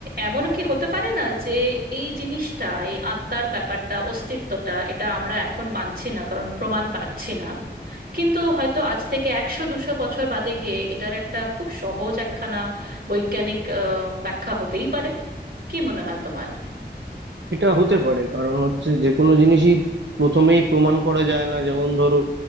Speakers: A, on the right; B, on the right.
A: এমন কি হতে পারে না যে এই জিনিসটা এই আত্মার ব্যাপারটা অস্তিত্বটা এটা আমরা এখন মানছি না কারণ প্রমাণ পাচ্ছি না কিন্তু হয়তো আজ থেকে একশো দুশো বছর বাদে গিয়ে এটার একটা খুব সহজ একখানা বৈজ্ঞানিক আহ, ব্যাখ্যা হতেই পারে কি মনে হয় তোমার
B: এটা হতে পারে কারণ হচ্ছে যে কোনো জিনিসই প্রথমেই প্রমাণ করা যায় না যেমন ধরো